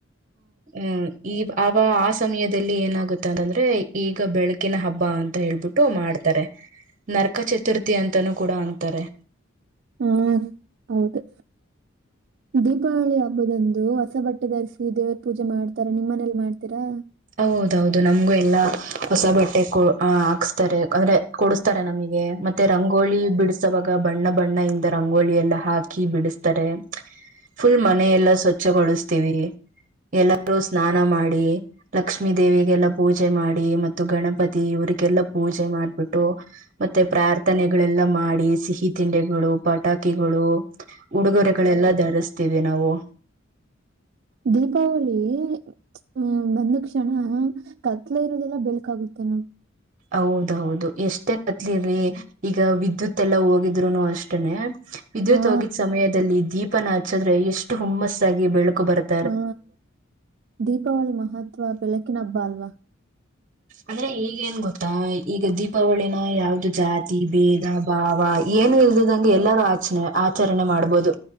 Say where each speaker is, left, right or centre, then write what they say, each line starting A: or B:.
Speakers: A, on the right (about 40°); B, on the right (about 55°).
A: ಹೂ ಈ ಅವ ಆ ಸಮಯದಲ್ಲಿ ಏನಾಗುತ್ತ ಅಂತಂದ್ರೆ ಈಗ ಬೆಳಕಿನ ಹಬ್ಬ ಅಂತ ಹೇಳ್ಬಿಟ್ಟು ು ಮಾಡ್ತಾರೆ ನರಕ ಚತುರ್ಥಿ ಅಂತಾನೂ ಕೂಡ ಅಂತಾರೆ
B: ಹ್ಮ್ ಹೌದು ದೀಪಾವಳಿ ಹಬ್ಬದಂದು ಹೊಸ ಬಟ್ಟೆ ಧರಿಸಿ ದೇವ್ರ ಪೂಜೆ ಮಾಡ್ತಾರ ನಿಮ್ಮ ಮನೇಲಿ ಮಾಡ್ತೀರಾ
A: ಹೌದೌದು ನಮ್ಗೂ ಎಲ್ಲಾ ಹೊಸ ಬಟ್ಟೆ ಹಾಕ್ಸ್ತಾರೆ ಅಂದ್ರೆ ಕೊಡಸ್ತಾರೆ ನಮಗೆ ಮತ್ತೆ ರಂಗೋಲಿಿ ಬಿಡಸವಾಗ ಬಣ್ಣ ಬಣ್ಣ ಇಿಂದ ರಂಗೋಳಿ ಎಲ್ಲಾ ಹಾಕಿ ಹಾಕಿ ಬಿಡಿಸ್ತಾರೆ ಫುಲ್ ಮನೆಯೆಲ್ಲಾ ಸ್ವಚ್ಛಗೊಳಿಸ್ತೀವಿ ಎಲ್ಲೂ ಸ್ನಾನ ಮಾಡಿ ಲಕ್ಷ್ಮೀ ದೇವಿಗೆಲ್ಲಾ ಪೂಜೆ ಮಾಡಿ ಮತ್ತು ಗಣಪತಿ ಇವ್ರಿಗೆಲ್ಲಾ ಪೂಜೆ ಮಾಡ್ಬಿಟ್ಟು ಮತ್ತೆ ಪ್ರಾರ್ಥನೆಗಳೆಲ್ಲ ಮಾಡಿ ಸಿಹಿ ತಿಂಡಿಗಳು ಪಟಾಕಿಗಳು ಉಡುಗೊರೆಗಳೆಲ್ಲ ಧರಿಸ್ತೀವಿ ನಾವು
B: ದೀಪಾವಳಿ ಹೂ ಬಂದ ಕ್ಷಣ ಕತ್ಲ ಇರೋದೆಲ್ಲ ಬೆಳ್ಕ ಆಾಗುತ್ತೆ ನ
A: ಹೌದೌದು ಎಷ್ಟೇ ಕತ್ಲಿರರಿ ಈಗ ವಿದ್ಯುತ್ ಎಲ್ಲಾ ಹೋಗಿದ್ರುನು ಅಷ್ಟನೆ ಇದ
B: ಹಾ
A: ತೋಗಿದ ಸಮಯದಲ್ಲಿ ದೀಪನ ಹಚ್ಚಿದ್ರೆ ಎಷ್ಟು ಹುಮ್ಮಸ್ಸಾಗಿ ಬೆಳಕು ಬರುತ್ತೆ
B: ಹೂ ದೀಪಾವಳಿ ಮಹತ್ವ ಬೆಳಕಿನ ಹಬ್ಬ ಅಲ್ವಾ
A: ಅಂದ್ರೆ ಈಗ ಏನ್ ಗೊತ್ತಾ ಈಗ ದೀಪ್ ಹಪ್ಪಾವಳಿನ ಯಾವ್ದು ಜಾತಿ ಭೇದ ಭಾವ ಏನು ಇಲ್ದಿದಂಗೆ ಎಲ್ಲಾರೂ ಆಚರಣೆ ಆಚರಣೆ ಮಾಡ್ಬಹದು